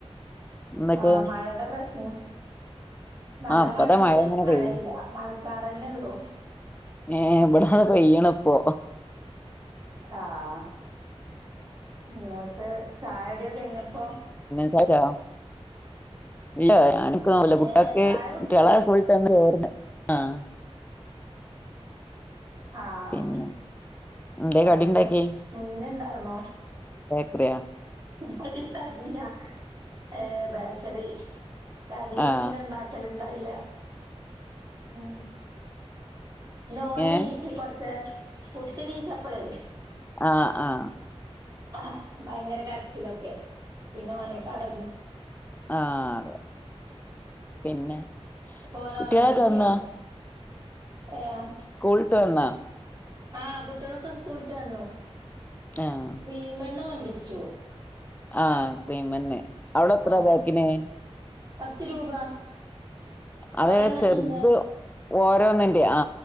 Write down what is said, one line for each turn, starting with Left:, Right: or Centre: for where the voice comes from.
Left: എന്തൊക്കെ
Right: ആഹ് മഴയുടെ പ്രശ്ന നല്ല
Left: ആഹ് ഇപ്പതാ
Right: മഴ ഇബ്ടെ
Left: ഇങ്ങനെ
Right: മഴയല്ല
Left: പെയ്യ്ണ്
Right: മഴക്കാറന്നെ ഉള്ളു
Left: ഏ ഇവിടന്ന് പെയ്യണ് ഇപ്പൊ
Right: ആഹ് എന്നട്ട് ചായുടിയോ കഴിഞ്ഞപ്പോ പ്പോ
Left: കഴ്ച്ചോ ഇല്ല ഞാൻ പ്പോ
Right: ഏഹ്
Left: കുട്ട്യാക്ക്
Right: ചായ കുടിച്ചു
Left: കുട്ടികളെ സുകുൾ ടൈം ചോറ് ആഹ്
Right: ആഹ്
Left: പിന്നെ എന്തേ
Right: ആ
Left: കടിണ്ടാക്കി
Right: എന്താ മീൻ ഇണ്ടായിർന്നോ?
Left: ശരി <unintelligible>
Right: ബി ലിയ <unintelligible> ഏ ബേക്കറി കടിയൊന്നും
Left: ആഹ്
Right: പിന്നെ ഇണ്ടാക്കല് ഇണ്ടായില്ല ഉം ഓൻ
Left: ഏഹ്
Right: നീച്ച് കൊറച്ച് കുട്ടിണീച്ചപ്പളേ
Left: ആഹ് ആ
Right: ആ ഭയങ്കര കരച്ചിലൊക്കെയാരുന്നു പിന്നെ ഓനായിട്ട് അവിടന്ന്
Left: ആ അതെ പിന്നെ
Right: ഇപ്പൊ ഓൻ
Left: കുട്ടികളൊക്കെ
Right: ഉറങ്ങിക്കാണ്
Left: വന്നാ
Right: ഏഹ്
Left: സ്കൂള് ട്ട് വന്നാ
Right: ആഹ് കുട്ടികളൊക്കെ സ്കൂളിട്ട് വന്നു
Left: ആഹ്
Right: ക്രീം ബണ്ണു കൊണ്ടറിച്ചു
Left: ആഹ് ക്രീം ബണ്ണ് അവിടെ എത്ര
Right: ആഹ്
Left: പാക്കിന്
Right: പത്ത് രൂപ
Left: അത്
Right: ഒരെണ്ണത്തിന്റെ
Left: ചെറുത് ഓരോന്നിന്റെ ആ